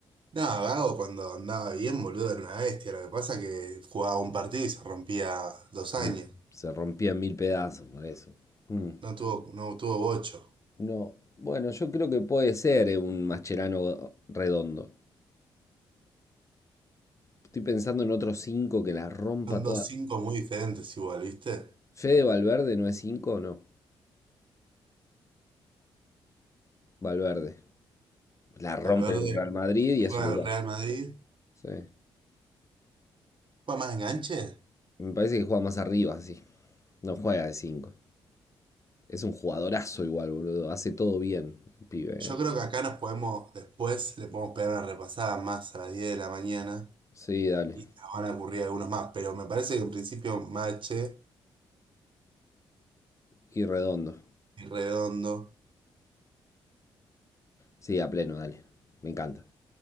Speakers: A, on the right; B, on the left.
A: No, Gago cuando andaba bien, boludo, era una bestia. Lo que pasa que jugaba un partido y se rompía dos años.
B: Em, Se rompía en mil pedazos por eso. Mm.
A: No tuvo, no tuvo bocho.
B: No, bueno, yo creo que puede ser eh, un Mascherano Redondo. Estoy pensando en otros cinco que la rompa
A: Son
B: toda.
A: dos cinco muy diferentes igual, ¿viste?
B: Fede Valverde no es 5, no. Valverde. La
A: Valverde
B: rompe el Real Madrid y
A: juega
B: es uruguayo.
A: en el Real Madrid,
B: Sí.
A: juega más enganche.
B: Me parece que juega más arriba, sí. No juega de 5. Es un jugadorazo igual, boludo. Hace todo bien, el pibe. eh.
A: Yo creo que acá nos podemos, después le podemos pegar una repasada más a las 10 de la mañana
B: Sí, dale.
A: y nos van a ocurrir algunos más, pero me parece que en principio Mache
B: Y redondo.
A: y Redondo,
B: Sí, a pleno, dale. Me encanta.